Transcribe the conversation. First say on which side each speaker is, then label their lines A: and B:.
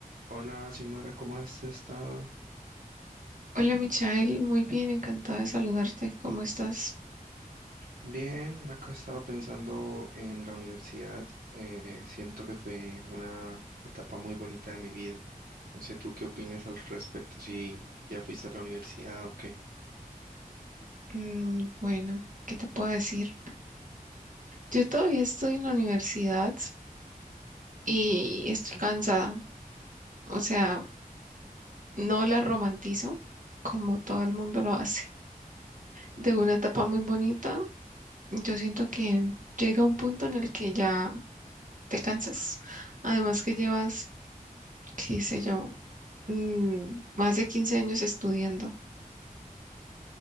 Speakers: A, on the right (about 80°); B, on the right (about 60°).
A: Hola, Xiomara, ¿cómo has estado?
B: Hola Michael, muy bien, encantada de saludarte. ¿Cómo estás?
A: Bien, acá he estado pensando en la universidad. eh, siento que fue una etapa muy bonita de mi vida. No sé, ¿tú qué opinas al respecto? Si ya fuiste a la universidad o qué.
B: Mm, bueno, ¿qué te puedo decir? Yo todavía estoy en la universidad y estoy cansada. O sea, no la romantizo como todo el mundo lo hace. De una etapa muy bonita, yo siento que llega un punto en el que ya te cansas. Además que llevas, qué sé yo, mm, más de 15 años estudiando.